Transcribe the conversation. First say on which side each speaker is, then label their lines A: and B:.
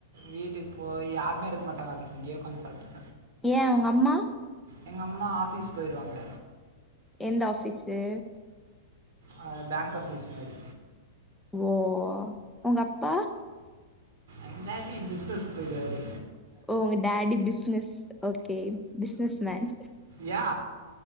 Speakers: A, on the right; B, in the centre.
A: வீட்டுக்கு போய் யாருமே இருக்க மாட்டாங்க அதுக் இங்யே உக்காந் சாப்ட்ரு
B: ஏ உங்க அம்மா
A: எங்கம்மா ஆஃபீஸ் போய்ருவாங்க
B: எந்த ஆஃபீஸு
A: ஆ பாங்க் ஆஃபீஸ் மாரி
B: ஓ உங்க அப்பா
A: எங் டாடி பிஸ்னஸ்க் போய்டுவாரு
B: ஓ உங்க daddy business okay business man
A: யா